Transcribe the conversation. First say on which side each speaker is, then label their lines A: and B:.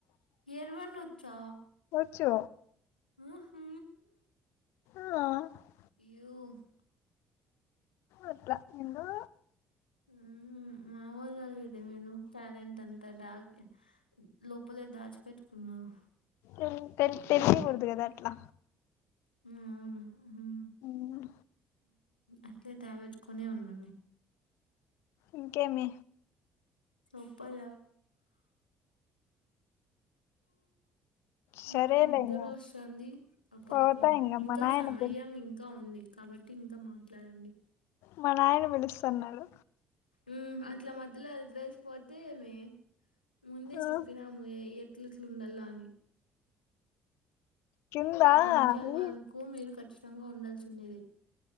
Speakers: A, on the left; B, on the left.
A: గేర్ బండి ఒచ్చా
B: ఒచ్చు
A: ఉ హు
B: ఆ
A: ఈవ్
B: అట్ల ఎందో
A: ఉ మముల్గా లేదే మీలో టాలెంట్ అంతా డాగి లోపలే దాచిపెట్టుకున్నావ్
B: <unintelligible> తెలియకూడదు కదా అట్లా
A: హ్మ్ అవును
B: ఉమ్,
A: అట్లే <unintelligible> ఉండండి
B: ఇంకేమి
A: చొప్పల
B: సరేలే
A: నాకు నిద్ర
B: ఇంగ
A: వస్తంది ఒ పక్క
B: పోతా ఇంగ
A: ఇంకా
B: మా నాయన
A: సమయం
B: పిలు
A: ఇంకా ఉంది కాబట్టి ఇంకా మాట్లాడండి
B: మా నాయన పిలుస్తన్నాడు
A: ఉ అట్ల మధ్యలో వదిలేసి పోతే ఏమి ముందే
B: ఆ
A: చెప్పినాము ఎట్ల ఎట్ల ఉండల్లా అని
B: కింద
A: పది నిమిషాల
B: అది
A: వరకు మీరు కచ్చితంగా ఉండాల్సిండేదే